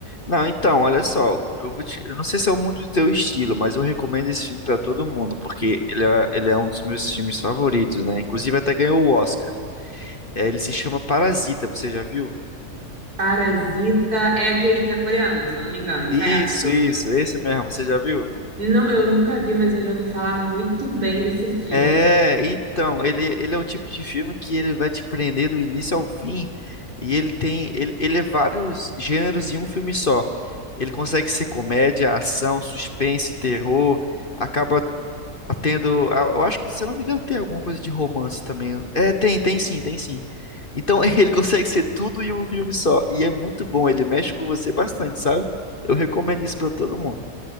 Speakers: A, on the left (about 35°); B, on the right (about 85°).
A: Não, então, olha só, eu vou te... eu não sei se é muito do teu estilo, mas eu recomendo esse filme pra todo mundo, porque ele é, ele é um dos meus filmes favoritos, né? Inclusive até ganhou o Oscar. É, ele se chama Parasita, você já viu?
B: Parasita é aquele que é coreano, se eu não me engano, certo?
A: Isso, isso, esse mesmo, você já viu?
B: Não, eu nunca vi, mas eu já ouvi falar muito bem desse filme.
A: É, então, ele, ele é o tipo de filme que ele vai te prender do início ao fim e ele tem, ele, ele é vários gêneros em um filme só. Ele consegue ser comédia, ação, suspense, terror, acaba tendo, ah, eu acho que, se eu não me engano, tem alguma coisa de romance também. É, tem, tem sim, tem sim. Então, <laughs> ele consegue ser tudo em um filme só e é muito bom, ele mexe com você bastante, sabe? Eu recomendo isso pra todo mundo.